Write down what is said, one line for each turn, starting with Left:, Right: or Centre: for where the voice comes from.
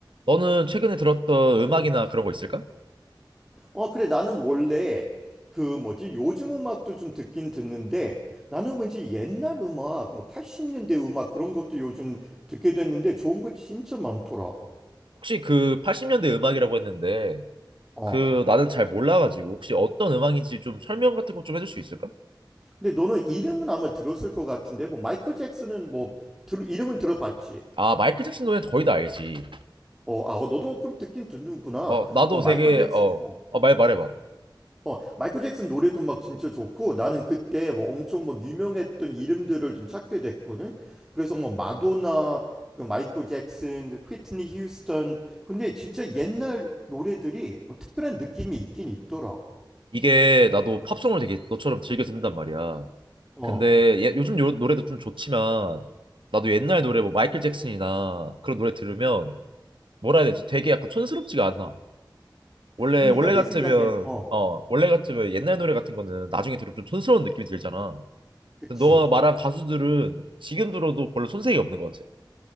Right: 너는 최근에 들었던 음악이나 그런 거 있을까?
Centre: 어, 그래. 나는 원래 그 뭐지? 요즘 음악도 좀 듣긴 듣는데 나는 왠지 옛날 음악, 뭐 80년대 음악 그런 것도 요즘 듣게 됐는데 좋은 거 진짜 많더라.
Right: 혹시 그 80년대 음악이라고 했는데
Centre: 어.
Right: 그 나는 잘 몰라가지고 혹시 어떤 음악인지 좀 설명 같은 거 좀 해줄 수 있을까?
Centre: 근데 너는 이름은 아마 들었을 것 같은데 뭐 마이클 잭슨은 뭐 들, 이름은 들어봤지.
Right: 아 마이클 잭슨 노래 거의 다 알지.
Centre: 어, 아, 어, 너도 그럼 듣긴 듣는구나.
Right: 어 나도
Centre: 어, 마이클
Right: 되게
Centre: 잭슨.
Right: 어,
Centre: 어.
Right: 어, 말 말해봐.
Centre: 어, 마이클 잭슨 노래도 막 진짜 좋고 나는 그때 뭐 엄청 막 유명했던 이름들을 좀 찾게 됐거든. 그래서 뭐 마도나, 그 마이클 잭슨, 휘트니 휴스턴. 근데 진짜 옛날 노래들이 뭐 특별한 느낌이 있긴 있더라.
Right: 이게 나도 팝송을 되게 너처럼 즐겨 듣는단 말이야.
Centre: 어.
Right: 근데 예, 요즘 요- 노래도 좀 좋지만 나도 옛날 노래 뭐 마이클 잭슨이나 그런 노래 들으면 뭐라 해야 되지? 되게 약간 촌스럽지가 않아. 원래
Centre: 그러니까
Right: 원래
Centre: 내
Right: 같으면
Centre: 생각엔 어,
Right: 어 원래 같으면 옛날 노래 같은 거는 나중에 들으면 좀 촌스러운 느낌이 들잖아.
Centre: 그치.
Right: 근데 너가 말한 가수들은 지금 들어도 별로 손색이 없는 것 같아.